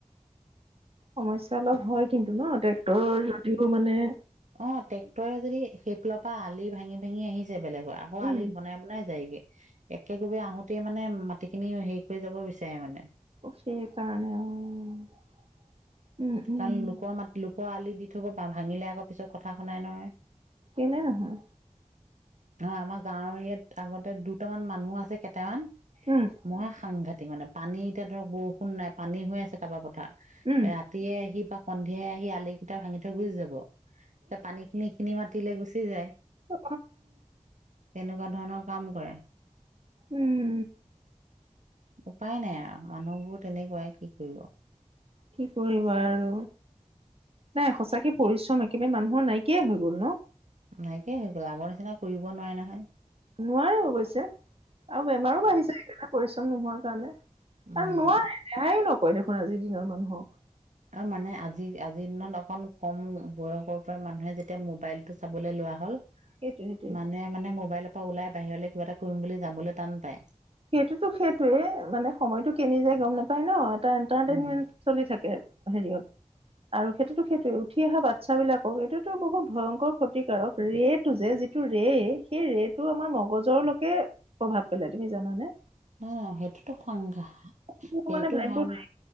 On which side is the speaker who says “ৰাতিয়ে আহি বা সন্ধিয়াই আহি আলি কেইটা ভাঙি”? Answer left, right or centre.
Right